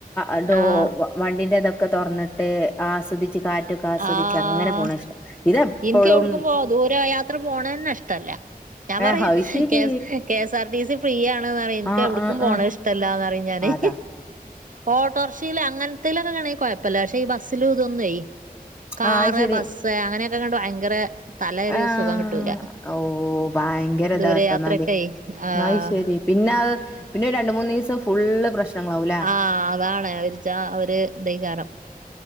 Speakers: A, on the left; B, on the right.
A: ഈ ഡോ
B: ആഹ്
A: വണ്ടിതൊക്കെ തുറന്നിടണം ട്ട് ആസ്വദിച്ച് കാറ്റൊക്കെ ആസ്വദിച്ച്
B: ആഹ്
A: അങ്ങനെ പോണതാ ഇഷ്ടം ഇതെപ്പോഴും
B: എനിക്ക് എവിടക്കുമ്പോ ദൂര യാത്ര പോവണയന്നെ ഇഷ്ടല്ല ഞാൻ
A: ഏഹ്
B: പറയും
A: അത് ശരി
B: K KS R T C free ആണ്ന്ന് പറയും എനക്ക്
A: ആഹ്
B: എവിടക്കും
A: ആഹ്
B: പോണം
A: ആഹ്
B: ഇഷ്ടമല്ലാന്ന് പറയും ഞനയ്
A: അതാ
B: ഓട്ടോർഷൽ അങ്ങൻ അങ്ങനെതേയിലൊക്കെ അണെങ്കി കുഴപ്പമില്ല പക്ഷെ ഈ ബസ്സൽ ഇതൊന്നയി കാറ്
A: ആഹ് അത് ശരി
B: ബസ്സ് അങ്ങനെ അതൊക്കെ ഇങ്ങട്ട് ഭയങ്കര തല ഒരു
A: ആഹ്
B: സുഖം കിട്ടൂല
A: ഓഹ് ഭയങ്കര
B: ദൂരെ
A: ഇതാട്ടോ
B: യാത്രൊക്കെ
A: എന്നാല്
B: ആഹ്
A: അത് ശരി പിന്നെ അത് പിന്നെ രണ്ട് മൂന്ന് ദിവസം ഫുള്ള് പ്രശ്നങ്ങളാവൂലെ
B: ആഹ് അതാണ് അവരിച്ച ഒര് ഇതായിക്കാരം